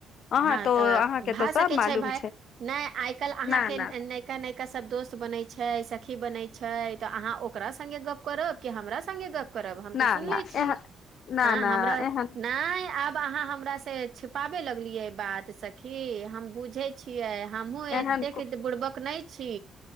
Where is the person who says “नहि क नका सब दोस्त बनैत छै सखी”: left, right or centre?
Right